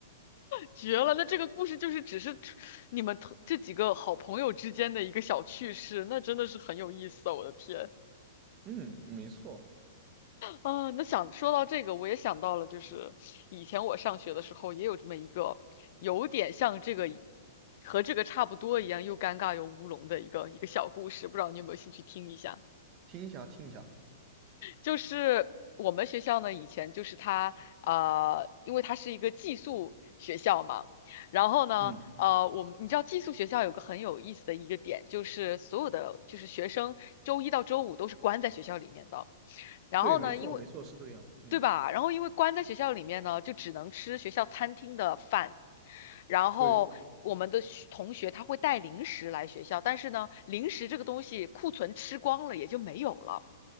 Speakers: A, on the left (about 55°); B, on the right (about 35°).
A: 绝了！那这个故事就是只是你们同这几个好朋友之间的一个小趣事，那真的是很有意思啊！我的天。
B: 嗯，没错，
A: 啊，那想说到这个，我也想到了，就是以前我上学的时候也有这么一个，有点像这个，和这个差不多一样，又尴尬又乌龙的一个一个小故事，不知道你有没有兴趣听一下？
B: 听一下听一下，
A: 就是我们学校呢，以前就是它，呃，因为它是一个寄宿学校嘛，然后呢，
B: 嗯，
A: 呃，我们你知道寄宿学校有个很有意思的一个点，就是所有的就是学生周一到周五都是关在学校里面的，然后呢，
B: 对，没错没错，
A: 因为
B: 是这个样，嗯，
A: 对吧？然后因为关在学校里面呢，就只能吃学校餐厅的饭，然后我们的学同学他会带零食来学校，
B: 对，
A: 但是呢，零食这个东西库存吃光了也就没有了。